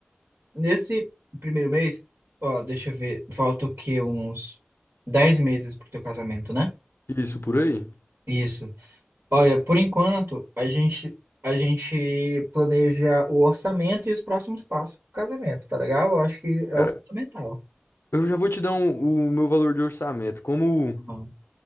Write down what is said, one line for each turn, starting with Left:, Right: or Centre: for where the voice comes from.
Right: nesse primeiro mês, ó, deixa eu ver, falta o quê? Uns dez meses pro teu casamento, né?
Left: Isso por aí.
Right: Isso. Olha, por enquanto, a gente a gente planeja o orçamento e os próximos passos do casamento, tá legal? Eu acho que é
Left: Cara,
Right: o fundamental.
Left: eu já vou te dar um- o meu valor de orçamento. Como
Right: Hum.